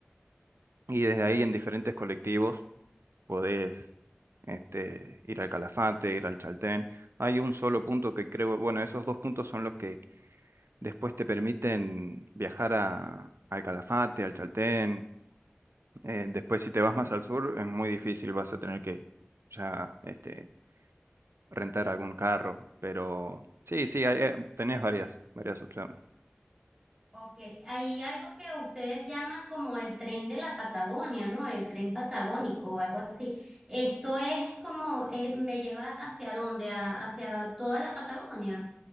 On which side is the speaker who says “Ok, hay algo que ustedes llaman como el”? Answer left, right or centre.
Right